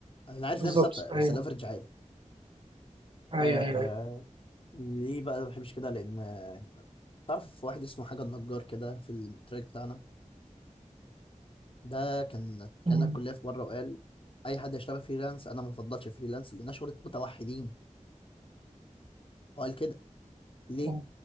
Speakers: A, on the left; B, on the right.
A: انا عارف
B: بالظبط
A: ده مش ثابته
B: ايوه
A: بس الافرج عالي
B: ايوه
A: آه،
B: ايوه,
A: ليه بقى ما بحبش كده لان آه، تعرف واحد اسمه حاجه النجار كده في التراك بتاعنا ده كان كان
B: أيوة.
A: الكليه في بره وقال اي حد يشتغل فريلانس انا ما بفضلش فريلانس لانها شغله متوحدين هو قال كده ليه
B: مم.